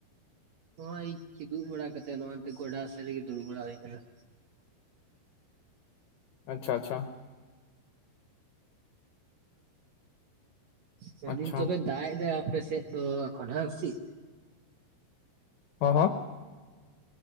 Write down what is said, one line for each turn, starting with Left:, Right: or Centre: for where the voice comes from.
Right: ᱦᱚᱸᱜ-ᱚᱭ ᱠᱤᱫᱩᱵ ᱵᱟᱲᱟ ᱠᱟᱛᱮᱜ ᱱᱚᱜ-ᱚᱱᱛᱮ ᱜᱚᱰᱟ ᱥᱮᱫ ᱨᱮᱜᱮ ᱫᱩᱲᱩᱵ ᱵᱟᱲᱟ ᱦᱩᱭ ᱟᱠᱟᱱᱟ
Left: ᱟᱪᱪᱷᱟ ᱟᱪᱪᱷᱟ
Right: ᱢᱮᱱᱫᱤᱧ
Left: ᱟᱪᱪᱷᱟ
Right: ᱛᱚᱵᱮ ᱫᱟᱜ ᱮᱫ ᱫᱚᱭ ᱟᱯᱮ ᱥᱮᱫ ᱫᱚ ᱮᱠᱷᱚᱱ ᱦᱮᱵᱟᱝ ᱥᱮ ᱪᱮᱫ?
Left: ᱦᱚᱸ ᱦᱚᱸ